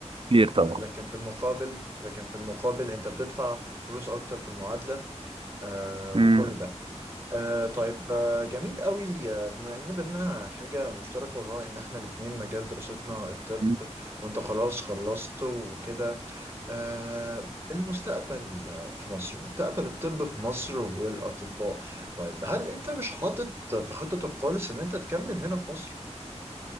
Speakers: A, on the right; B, on the right.
A: كتير طبعا
B: لكن في المقابل لكن في المقابل أنت بتدفع فلوس أكتر في المعادلة آه
A: امم
B: وكل ده آه طيب آه جميل قوي آه بما ان بينا حاجة مشتركة وهو ان احنا الاتنين مجال دراستنا الطب
A: أمم.
B: وانت خلاص خلصت وكده آه المستقبل آه، في مصر مستقبل الطب في مصر والاطباء طيب هل انت مش حاطط في خطتك خالص ان انت تكمل هنا في مصر؟